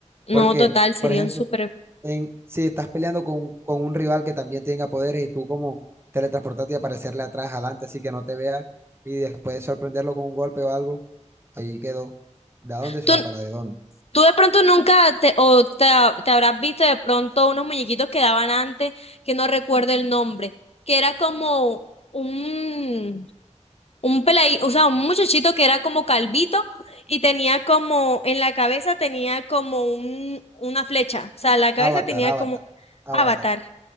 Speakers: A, on the left (about 55°); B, on the right (about 20°).
A: No,
B: Porque,
A: total, sería
B: por ejemplo,
A: un superpoder.
B: en, si estás peleando con, con un rival que también tenga poderes y tú como teletransportarte y aparecerle atrás, adelante, así que no te vea y después sorprenderlo con un golpe o algo, ahí quedó. ¿De dónde se
A: ¿Tú,
B: va para de dónde?
A: tú de pronto nunca te, o te, ha- te habrás visto de pronto unos muñequitos que daban antes, que no recuerdo el nombre, que era como un, un pelai- o sea, un muchachito que era como calvito y tenía como, en la cabeza tenía como un, una flecha, o sea, la cabeza
B: Avatar,
A: tenía
B: Avatar,
A: como...
B: Avatar.
A: Avatar.